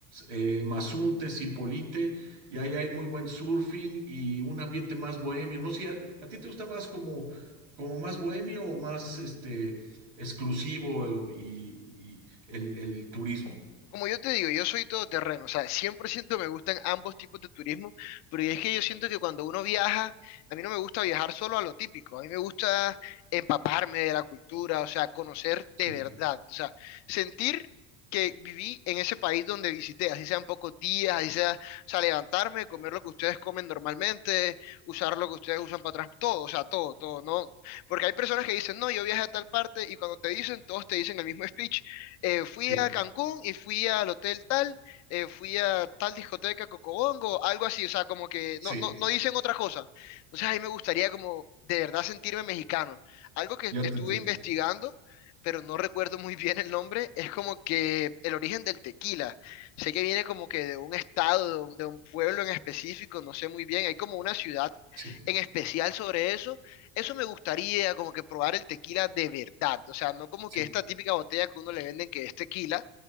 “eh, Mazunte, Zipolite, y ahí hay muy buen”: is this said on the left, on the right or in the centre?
Right